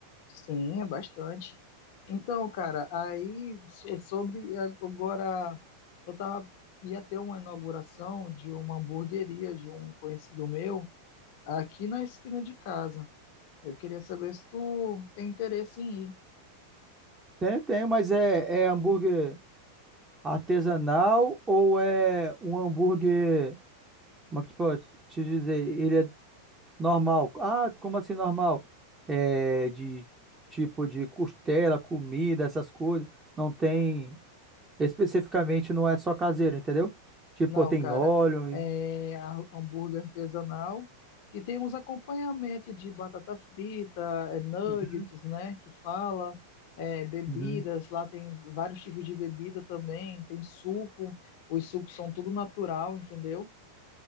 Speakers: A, on the left (about 50°); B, on the right (about 15°).
A: Sim, é bastante. Então, cara, aí so- sobre agora, eu tava, ia ter uma inauguração de uma hamburgueria de um conhecido meu aqui na esquina de casa. Eu queria saber se tu tem interesse em ir.
B: Tem, tem, mas é, é hambúrguer artesanal ou é um hambúrguer, como é que pode te dizer? Ele é Normal. Ah, como assim normal? É de tipo de costela, comida, essas coisas. Não tem. Especificamente não é só caseiro, entendeu? Tipo,
A: Não,
B: tem
A: cara.
B: óleo. E...
A: É a- hambúrguer artesanal que tem uns acompanhamentos de batata frita, é, nuggets,
B: Uhum,
A: né? Que fala, é, bebidas.
B: uhum,
A: Lá tem vários tipos de bebida também. Tem suco. Os sucos são tudo natural, entendeu?